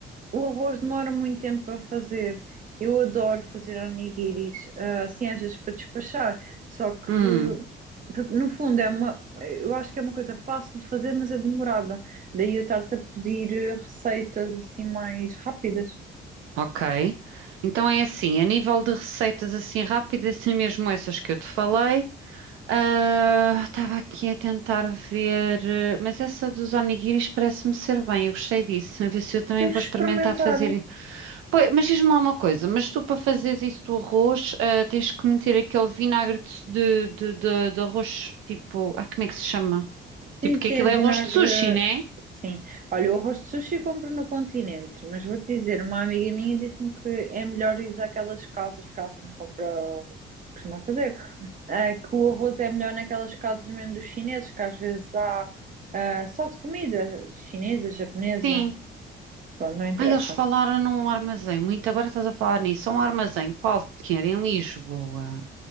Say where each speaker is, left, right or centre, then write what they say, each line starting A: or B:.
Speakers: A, on the right; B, on the right.
A: o arroz demora muito tempo para fazer. Eu adoro fazer onigiris, ah, assim às vezes para despachar. Só que,
B: Hum,
A: porque, no fundo, é uma, eu acho que é uma coisa fácil de fazer, mas é demorada. Daí eu estar-te a pedir eh, receitas assim mais rápidas.
B: ok. Então é assim, a nível de receitas assim rápidas, assim mesmo essas que eu te falei. Ah, Estava aqui a tentar ver, eh, mas essa dos onigiris parece-me ser bem, eu gostei disso. A ver se eu também
A: Tens
B: vou
A: que
B: experimentar
A: experimentar.
B: fazer. Pois, mas diz-me lá uma coisa, mas tu para fazeres isso do arroz, ah, tens que meter aquele vinagre de, de, de, de arroz, tipo, ah, como é que se chama? Tipo,
A: Sim, sim,
B: que aquilo
A: é vinagre.
B: é arroz de sushi, né?
A: Sim. Olha, o arroz de sushi compro no continente, mas vou-te dizer, uma amiga minha disse-me que é melhor ir daquelas casas, porque ela também compra, costuma fazer, eh, que o arroz é melhor naquelas casas mesmo dos chineses, que às vezes há eh, só de comida chinesa, japonesa,
B: Sim.
A: pronto, não interessa.
B: Ah, eles falaram num armazém. Muito agora estás a falar nisso. É Um armazém qualquer em Lisboa.